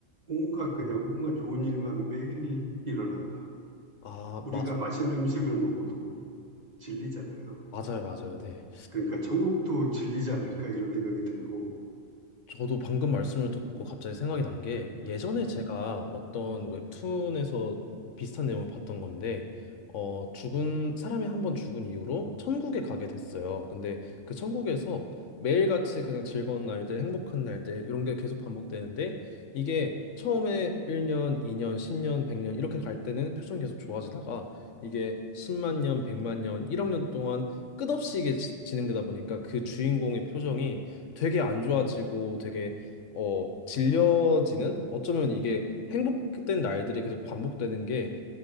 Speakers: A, on the right (about 35°); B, on the left (about 70°).
A: 뭔가 그냥 뭔가 좋은 일만 매일 일어난다.
B: 아,
A: 우리가
B: 맞아요.
A: 맛있는 음식을 먹어도 질리잖아요.
B: 맞아요, 맞아요. 네.
A: 그러니까 천국도 질리지 않을까 이런 생각이 들고
B: 저도 방금 말씀을 듣고 갑자기 생각이 난 게 예전에 제가 어떤 웹툰에서 비슷한 내용을 봤던 건데 어 죽은 사람이 한번 죽은 이후로 천국에 가게 됐어요. 근데 그 천국에서 매일같이 그냥 즐거운 날들, 행복한 날들 이런 게 계속 반복되는데 이게 처음에 1년, 2년, 10년, 100년 이렇게 갈 때는 표정이 계속 좋아지다가 이게 10만 년, 100만 년, 1억 년 동안 끝없이 이게 지- 진행되다 보니까 그 주인공의 표정이 되게 안 좋아지고 되게 어 질려지는 어쩌면 이게 행복된 날들이 계속 반복되는 게